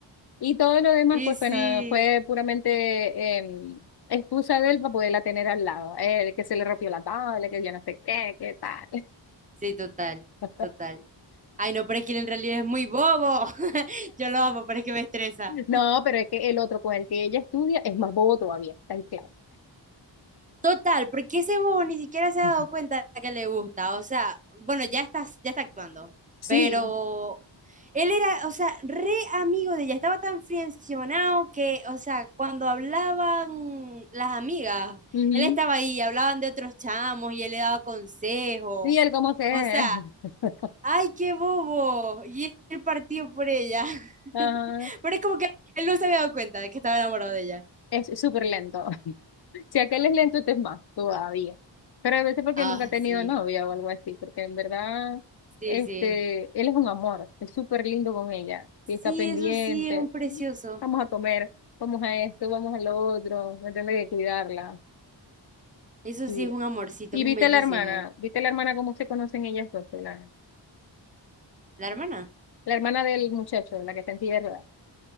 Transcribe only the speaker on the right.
y
sí.
Sí, total,
total. Ay, no, pero es que él en realidad es muy bobo. <laughs> Yo lo amo, pero es que me estresa.
Total, porque ese bobo ni siquiera se ha
dado cuenta que le gusta. O sea, bueno, ya está, ya está actuando,
pero él era, o sea, re amigo de ella. Estaba tan friccionado que, o sea, cuando hablaban las amigas,
él estaba ahí, hablaban de otros chamos y él le daba consejos.
O sea,
¡ay, qué bobo! Y él partió por ella. <laughs>
Pero es como que él no se había dado cuenta de que estaba enamorado de ella.
Ah,
sí,
sí,
sí.
Sí,
eso sí es un precioso.
Eso
sí es un amorcito,
es un
bellísimo.
¿La hermana?